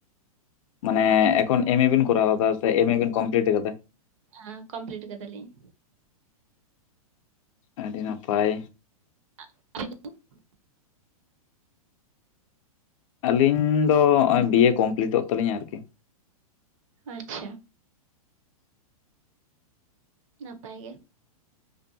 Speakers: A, on the left (about 60°); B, on the right (about 55°).
A: ᱢᱟᱱᱮ
B: ᱟᱹᱵᱤᱱ ᱫᱚ
A: ᱮᱠᱷᱚᱱ ᱮᱢ ᱮ ᱵᱤᱱ ᱠᱚᱨᱟᱣᱫᱟ ᱥᱮ ᱮᱢ ᱮ ᱵᱤᱱ ᱠᱚᱢᱯᱞᱤᱤᱴ ᱟᱠᱟᱫᱟ
B: ᱟᱸ ᱠᱢᱯᱞᱤᱴ ᱠᱟᱫᱟ‌ ᱞᱤᱧ
A: ᱟᱹᱰᱤ ᱱᱟᱯᱟᱭ
B: <unintelligible>
A: ᱟᱹᱞᱤᱧ ᱫᱚ ᱱᱚᱜᱼᱚᱭ ᱵᱤᱭᱮ ᱠᱚᱢᱯᱞᱤᱤᱴᱚᱜ ᱛᱟᱹᱞᱤᱧᱟ ᱟᱨᱠᱤ
B: ᱟᱪᱪᱷᱟ ᱱᱟᱯᱟᱭ ᱜᱮ